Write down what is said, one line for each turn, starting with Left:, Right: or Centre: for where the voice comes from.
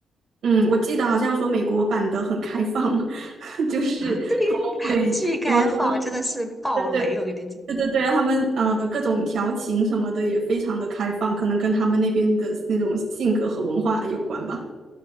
Right: 嗯，我记得好像说美国版的很开放，<laughs> 就是他们会怎么说呢？
Centre: 啊。<laughs> 对呀，巨开放，真的是爆雷！
Right: 对对
Centre: 我跟你讲。
Right: 对对对，他们呃各种调情什么的也非常的开放，可能跟他们那边的那种性格和文化有关吧。